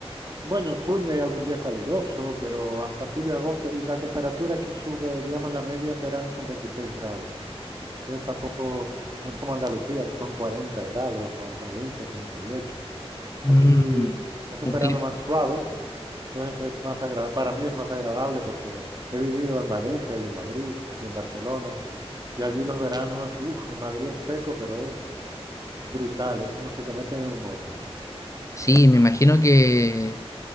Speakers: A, on the right; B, on the left.
A: Bueno, en junio hay algún día caluroso, pero hasta julio agosto. Y la temperatura aquí sube, digamos, la media en verano son 26 grados. Entonces tampoco, no es como Andalucía, que son 40 grados, o a Valencia 38. Aquí
B: Mm,
A: es un
B: un
A: verano
B: clima.
A: más suave, entonces es más agra- para mí es más agradable porque he vivido en Valencia y en Madrid y en Barcelona. Y allí los veranos, uff, en Madrid es seco, pero es brutal, es como si te meten en un horno.
B: Sí, me imagino que,